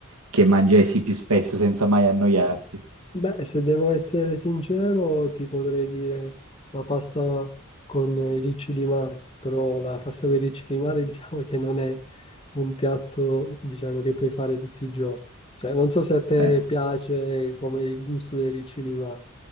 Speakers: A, on the right; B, on the left.
A: che mangessi più spesso senza mai annoiarti?
B: Beh, se devo essere sincero, ti potrei dire la pasta con i ricci di mare, però la pasta con i ricci di mare <laughs> diciamo che non è un piatto, diciamo, che puoi fare tutti i giorni. Cioè, non so se a te
A: Eh.
B: piace come il gusto dei ricci di mare.